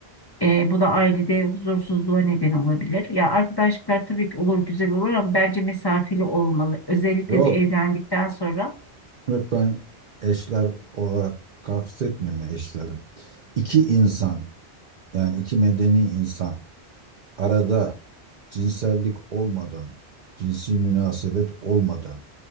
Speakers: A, on the left (about 35°); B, on the right (about 50°).
A: Ee, bu da ailede huzursuzluğa neden olabilir. Ya arkadaşlıklar tabii ki olur güzel olur ama bence mesafeli olmalı. Özellikle
B: Yok.
A: de evlendikten sonra.
B: Yok ben eşler olarak kastetmiyorum ya eşler. İki insan yani iki medeni insan arada cinsellik olmadan, cinsi münasebet olmadan